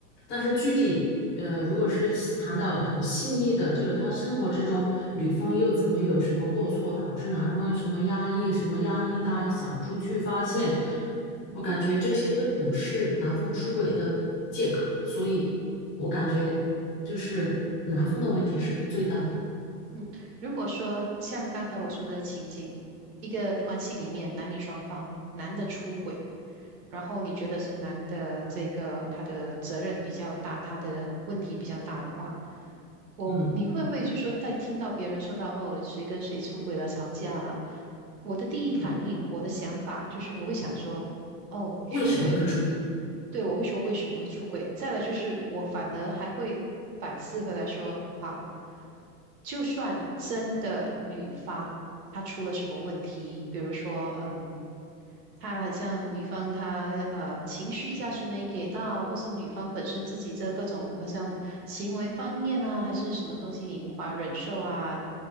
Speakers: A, on the left; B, on the right.
A: 但是具体，呃，如果是谈到很细腻的，就是他生活之中，女方又怎么有什么过错，导致男方什么压抑、什么压力大，想出去发泄，
B: 嗯哼
A: 我感觉这些都不是男方出轨的借口，所以我感觉就是男方的问题是最大的。
B: 嗯，如果说像刚才我说的情景，一个关系里面男女双方，男的出轨，然后你觉得是男的这个他的责任比较大，他的问题比较大的话，我你会不会就说在听到别人说到哦谁跟谁出轨了吵架了，
A: 嗯
B: 我的第一反应，
A: 嗯，
B: 我的想法就是我会想说哦出轨了。
A: 为什么会出轨？
B: 对，我会说为什么会出轨。再来就是我反而还会反思回来说，好，就算真的女方她出了什么问题，比如说，嗯，她好像女方她呃情绪价值没给到，或是女方本身自己这各种好像行为方面啊，还是什么东西你无法忍受啊，